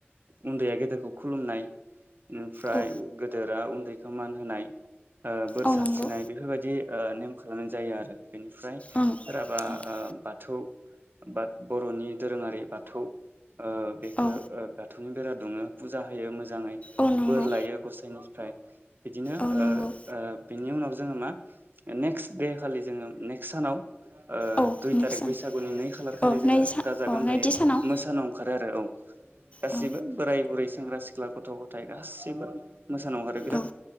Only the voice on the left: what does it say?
औ
औ
नंगौ
ओं
औ
औ
औ नंगौ
औ नंगौ
औ
नेक्स्ट
सान
औ
नै सान
औ
नैथि सानाव
औ
औ